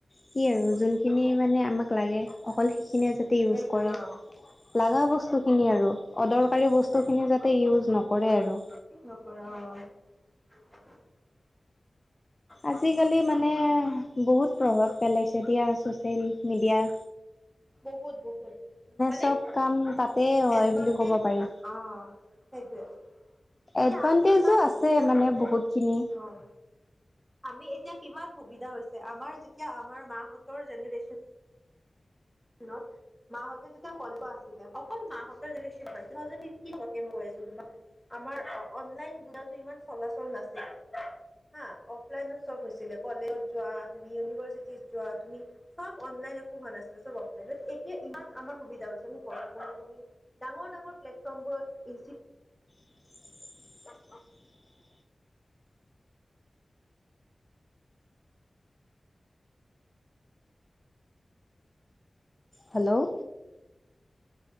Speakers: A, on the left; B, in the centre.
A: কি আৰু যোনখিনি মানে আমাক লাগে অকল সেইখিনিয়ে যদি ইউজ
B: সেইটোৱে
A: কৰে
B: অ',
A: লগা বস্তুখিনি আৰু অদৰকাৰী বস্তুখিনি যাতে ইউজ নকৰে আৰু
B: নকৰে অ <unintelligible>
A: আজিকালি মানে বহুত প্ৰভাৱ পেলাইছে দিয়া ছ'চিয়েল মিডিয়া
B: বহুত বহুত মানে
A: চব কাম তাতে হয়
B: এডভানটেজ
A: বুলি ক'ব পাৰি।
B: অ সেইটোৱে এতিয়া
A: এডভানটেজো
B: আমি কিমান
A: আছে
B: সুবিধা
A: মানে
B: হৈছে
A: বহুতখিনি।
B: আহ আমি এতিয়া কিমান সুবিধা হৈছে আমাৰ যেতিয়া আমাৰ মাহঁতৰ জেনেৰে্যন নত মাহঁতে তেতিয়া কল আছিলে অকল মাহঁৰ জনেন হয় তু থাউজেণ্ড এইটীণ লৈকে কইছো ম‌ই তোমাক আমাৰ অনলাইন দুৰাটো ইমান চলাচল নাছিলে হা অফলাইনত চব হৈছিলে কলেজত যোৱা তুমি ইউনিভাৰ্চিটিত যোৱা তুমি চব অনলাইন একো হোৱা নাছিলে চব অফলাইন এতিয়া ইমান আমাৰ সুবিধা হৈছে আমি ঘৰত বহি বহি ডাঙৰ ডাঙৰ প্লেটফৰ্ম বোৰত ইজি
A: <unintelligible> হেল্ল'